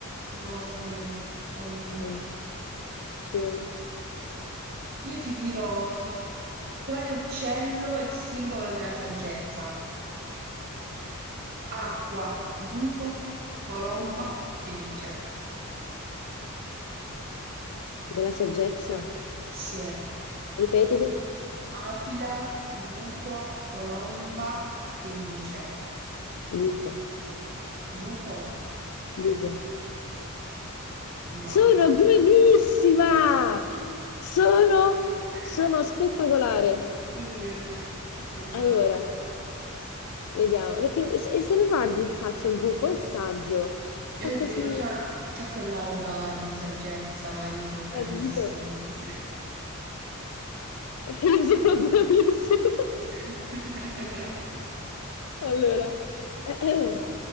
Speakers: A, on the right; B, on the left.
A: Non lo sapevo, carino.
B: Mm, sì.
A: Io ti dirò quale uccello è simbolo della saggezza? Acqua, gufo, colomba, fenice;
B: Della saggezza,
A: se,
B: ripetili.
A: aquila, gufo, colomba, fenice,
B: Buffo,
A: gufo,
B: buffo.
A: bravo.
B: Sono bravissima! Sono,
A: <laughs>
B: sono spettacolare.
A: È vero, molto brava.
B: Allora, vediamo, perché se, se lo guardi in faccia il gufo è saggio.
A: È
B: Fa così,
A: vero, c'ha c'ha quell'aura di saggezza, io sono bravissimo,
B: capito?
A: sì.
B: <laughs> Io sono bravissimo.
A: <laughs>
B: Allora, <clears throat>